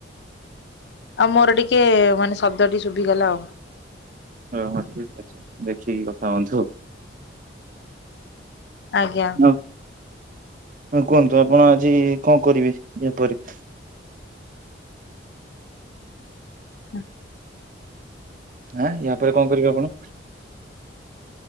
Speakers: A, on the left (about 65°); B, on the right (about 45°).
A: ଆଉ ମୋର ଟିକେ ମାନେ ଶବ୍ଦ ଟିକେ ଶୁଭିିଗଲା ଆଉ।
B: ଓହୋ ଠିକ ଅଛି ଦେଖିକି କଥା ହୁଅନ୍ତୁ।
A: ଆଜ୍ଞା।
B: ହ କୁହନ୍ତୁ ଆପଣ ଆଜି କଣ କରିବେ ଯେପରି
A: ହଁ।
B: ହଁ ୟା ପରେ କଣ କରିବେ ଆପଣ?